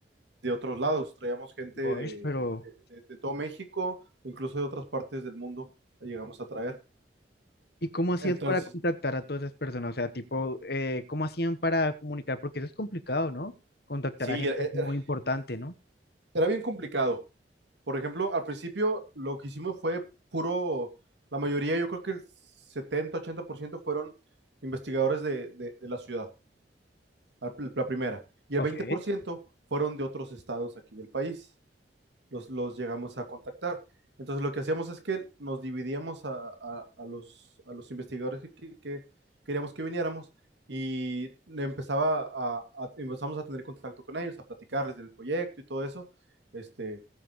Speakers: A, on the right (about 80°); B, on the left (about 60°).
A: de otros lados. Traíamos gente
B: Gosh,
A: de,
B: pero
A: de- de- de todo México, incluso de otras partes del mundo, la llegamos a traer.
B: ¿Y cómo hacías
A: Entonces,
B: para contactar a todas esas personas? O sea, tipo, eh, ¿cómo hacían para comunicar? Porque eso es complicado, ¿no? Contactar
A: sí,
B: a gente
A: era, era-
B: así muy importante, ¿no?
A: era bien complicado. Por ejemplo, al principio lo que hicimos fue puro, la mayoría, yo creo que el setenta ochenta por ciento fueron investigadores de, de de la ciudad. al la primera. Y
B: ok.
A: el 20% fueron de otros estados aquí del país. Los, los llegamos a contactar. Entonces lo que hacíamos es que nos dividíamos a, a- a los, a los investigadores que, que- que queríamos que viniéramos y le empezaba a, a- empezamos a tener contacto con ellos, a platicarles del proyecto y todo eso, este,